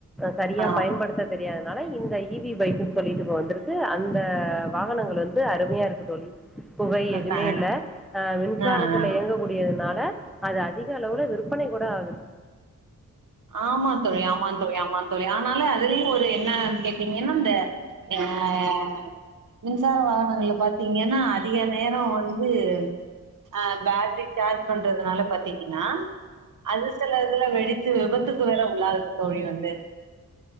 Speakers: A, in the centre; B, on the right (about 80°).
A: சரியா
B: ஆ
A: பயன்படுத்த தெரியாதனால இந்த இவி பைக்ன்னு சொல்லிட்டு இப்ப வந்துருக்கு அது அந்த வாகனங்கள் வந்து அருமையா இருக்கு தோழி புகை
B: அக்கா,
A: எதுவுமே இல்ல அ மின்சாரத்துல
B: ஆ ஆ
A: இயங்கக்கூடியதுனால அத அது அதிக அளவுல விற்பனை கூட ஆகுது
B: ஆமா தோழி ஆமா தோழி ஆமா தோழி ஆனால அதுலயும் ஒரு என்னன்னு கேட்டீங்கன்னா இந்த <unintelligible> மின்சார வாகனங்கள்ல பாத்தீங்கன்னா அதிக நேரம் வந்து ஆ பேட்ரி சார்ஜ் பண்றதுனால பாத்தீங்கன்னா அது செல இதுல வெடி இது விபத்துக்கு வேற உள்ளாதுகு தோழி வந்து